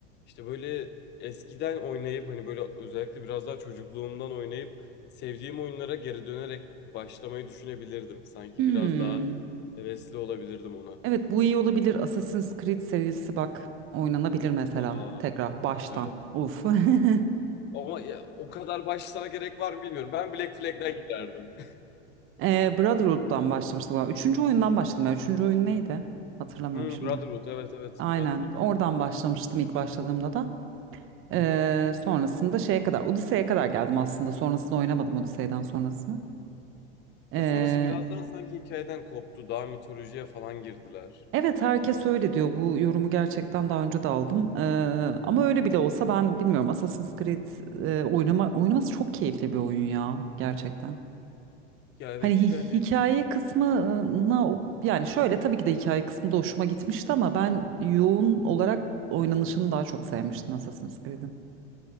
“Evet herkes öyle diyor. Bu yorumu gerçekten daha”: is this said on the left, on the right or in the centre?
Right